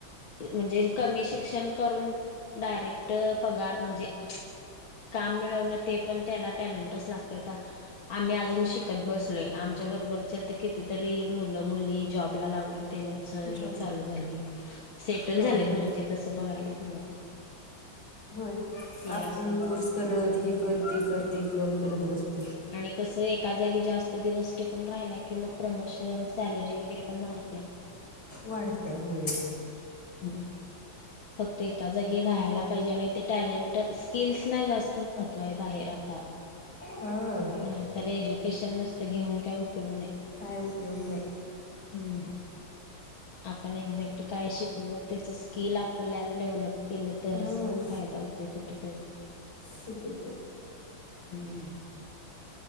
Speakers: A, on the left; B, on the left.
A: म्हणजे कमी शिक्षण करून डायरेक्ट पगार म्हणजे. काम मिळवणं ते पण त्याला टॅलेंटच लागते आता. आम्ही अजून शिकत बसलोय आमच्या बरोबरची आता कितीतरी मुलं मुली जॉबला लाग आणि त्यांचं हे
B: जॉब
A: चालू झालय सेटल
B: हां
A: झालेत
B: हां
A: म्हणजे
B: हां
A: तस बघायला गेला तर.
B: होय
A: हे
B: आपण
A: असंच
B: कोर्स करत ही कर ते कर ते कर करत बसतोय.
A: होय आणि कसं एका जागी जास्त दिवस टिकून राहिला किंवा प्रमोशन सॅलरी वगैरे प मतेे ना <inaudible>
B: वाढत्या होय.
A: हम् फक्त एका जागी राहायला पाहिजे आणि ते टॅलेंट स्किल्सला जास्त. महत्व आहे बाहेर आता
B: हां
A: नाही. तर एज्युकेशन नुसता घेऊन काय उपयोग नाही.
B: काय उपयोग नाही.
A: ह् आपण एक्झॅक्ट काय शिकलो त्याच स्किल आपल्याला डेव्हलप केलं तरच
B: हां
A: कुठ फायदा होते कुठ तरी.
B: कुठ तरी.
A: हम्म